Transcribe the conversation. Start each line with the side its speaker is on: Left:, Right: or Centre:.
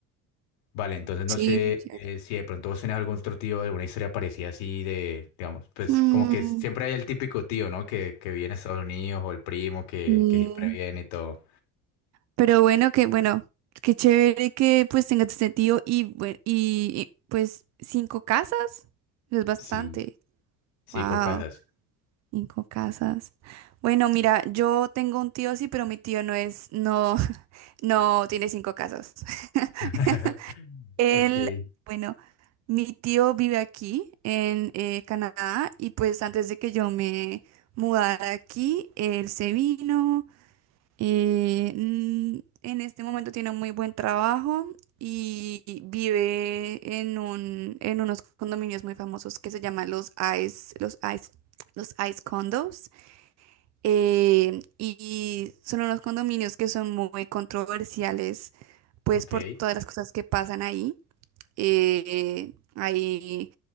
Left: Vale, entonces no
Right: sí,
Left: sé
Right: chévere.
Left: eh, si de pronto vos tenés algún otro tío, alguna historia parecida así de, digamos, pues,
Right: Mm,
Left: como que siempre hay el típico tío, ¿no? Que, que vive en Estados Unidos o el primo que,
Right: sí.
Left: que siempre viene y todo.
Right: Pero bueno, que bueno, qué chévere que pues tengas este tío y, bue- y, y, pues cinco casas, es bastante.
Left: Sí, cinco
Right: Wow,
Left: casas.
Right: cinco casas. Bueno, mira, yo tengo un tío sí, pero mi tío no es, no. No, tiene cinco casos. <laughs>
Left: <laughs>
Right: Él,
Left: Ok,
Right: bueno, mi tío vive aquí en eh, Canadá y pues antes de que yo me mudara aquí, él se vino. eh, mm, en este momento tiene un muy buen trabajo y vive en un, en unos condominios muy famosos que se llaman los Ice, los Ice, los Ice Condos. eh, y y son unos condominios que son muy controversiales pues
Left: Ok.
Right: por todas las cosas que pasan ahí. Eh, ahí